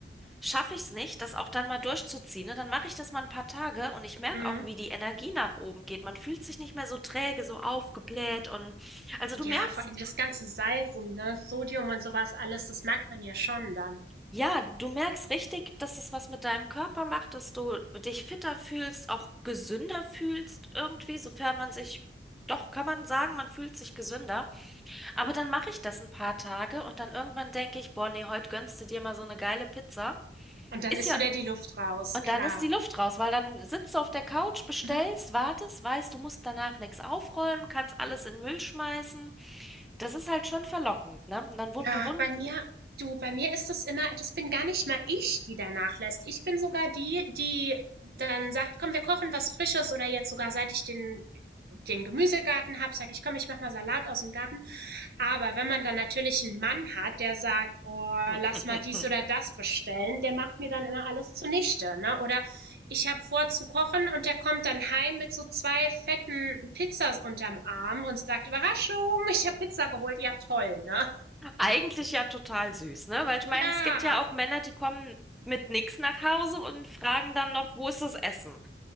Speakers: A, in the centre; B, on the right.
A: schaffe ich es nicht, das auch dann mal durchzuziehen. Ne? Dann mache ich das mal ein paar Tage und ich merke
B: Hm.
A: auch, wie die Energie nach oben geht. Man fühlt sich nicht mehr so träge, so aufgebläht und also du
B: Ja,
A: merkst,
B: vor allem das ganze Salz und ne, Sodium und sowas alles, das merkt man ja schon dann.
A: ja, du merkst richtig, dass es was mit deinem Körper macht, dass du dich fitter fühlst, auch gesünder fühlst irgendwie, sofern man sich, doch kann man sagen, man fühlt sich gesünder. Aber dann mache ich das ein paar Tage und dann irgendwann denke ich, boah, nee, heute gönnst du dir mal so eine geile Pizza.
B: Und dann
A: Ist
B: ist
A: ja,
B: wieder die Luft raus,
A: und
B: klar.
A: dann ist die Luft raus, weil dann sitzt du auf der Couch, bestellst,
B: Mhm.
A: wartest, weißt, du musst danach nichts aufräumen, kannst alles in den Müll schmeißen. Das ist halt schon verlockend, ne? Und dann
B: Ja,
A: bewundern.
B: bei mir, du, bei mir ist das immer, das bin gar nicht mal ich, die danach lässt. Ich bin sogar die, die dann sagt, komm, wir kochen was Frisches oder jetzt sogar, seit ich den, den Gemüsegarten habe, sage ich, komm, ich mach mal Salat aus dem Garten. Aber wenn man dann natürlich einen Mann hat, der sagt, oh,
A: <laughs>
B: lass mal dies oder das bestellen, der macht mir dann immer alles zunichte. Ne? Oder ich habe vor zu kochen und der kommt dann heim mit so zwei fetten Pizzas unterm Arm und sagt, Überraschung, ich habe Pizza geholt. Ja, toll, ne?
A: Eigentlich ja total süß, ne? Weil ich
B: Ja,
A: meine, es gibt ja auch Männer, die kommen mit nichts nach Hause und fragen dann noch, wo ist das Essen?